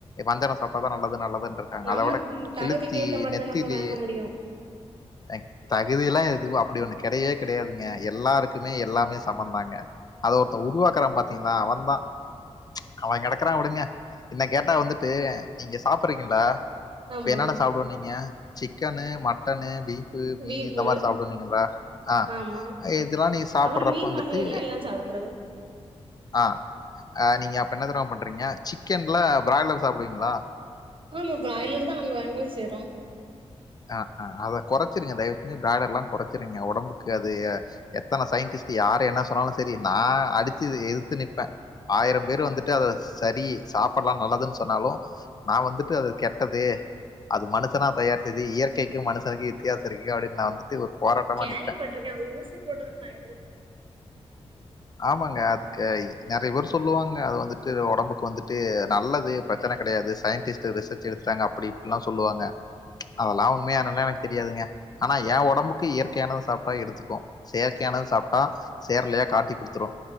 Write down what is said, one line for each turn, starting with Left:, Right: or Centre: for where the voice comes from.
Left: வஞ்சரோ சாப்ட்டா தா நல்லது நல்லதுன்ற
Right: நம்ம
Left: அத விட
Right: தகுதிக்கு
Left: கெளுத்தி
Right: ஏத்த மாரிதா
Left: நெத்திலி
Right: நம்ம வாங்க முடியு
Left: அய் தகுதிலா எதுவு அப்டி ஒன்னு கெடையவே கெடையாதுங்க எல்லாருக்குமே எல்லாமே சமந்தாங்க அத ஒருத்த உருவாக்கறா பாத்திங்களா அவன்தா அவ கெடக்கறா விடுங்க என்ன கேட்டா வந்துட்டு நீங்க சாப்பறீங்கள்ல
Right: ஆமா
Left: இப்ப என்னன்னா சாப்புடுவன்னீங்க சிக்கனு மட்டனு பீஃப் மீனு
Right: பீஃபு
Left: இந்த மாரி சாப்டுவீங்களா ஆ
Right: ஆமா
Left: இதுலா நீங்க சாப்படுறப்ப
Right: அப்புறோ மீன்
Left: வந்துட்டு
Right: வகைகள்ல எல்லா சாப்ட்றது
Left: ஆ அ நீங்க அப்ப என்ன தெரிமா பண்றீங்க சிக் கன்ல் பிராய்லர் சாப்புடுவீங்களா
Right: ஆமா பிராய்லர் தா நாங்க வாங்கவே செய்றோ
Left: அ அ அத கொறச்சிருங்க தயவு செஞ்சு பிராய்லர்லா கொறச்சிருங்க ஒடம்புக்கு அது எத்தன சயின்டிஸ்ட் யார் என்ன சொன்னாலு செரி நா அடிச்சு இது எதுத்து நிப்ப ஆயிரம் பேர் வந்துட்டு அத சரி சாப்படலா நல்லதுன்னு சொன்னாலு நா வந்துட்டு அது கெட்டது அது மனுசனா தயார்ச் சது இயற்கைக்கு மனுசனுக்கு வித்தியாச இருக்கு அப்டின்னு நா வந்துட்டு ஒரு போராட்டமா
Right: கேள்வி
Left: நிப்பேன்.
Right: பட்ருக்கே அவுங்க ஊசி போட்டுதா தயாரிப்பாங்
Left: ஆமாங்க அதுக்கு நறைய பேர் சொல்லுவாங்க அது வந்துட்டு ஒடம்புக்கு வந்துட்டு நல்லது பிரச்சன கெடையாது சயின்டிஸ்ட் ரிசர்ச் எடுத்துட்டாங்க அப்டி இப்டிலா சொல்லுவாங்க அதலா உண்மையா என்னன்லா எனக்கு தெரியாதுங்க அனா ஏ ஒடம்புக்கு இயற்கையானது சாப்ட்டா எடுத்துக்கு செயற்கையானது சாப்ட்டா சேர் லேட் காட்டி குடுத்துரு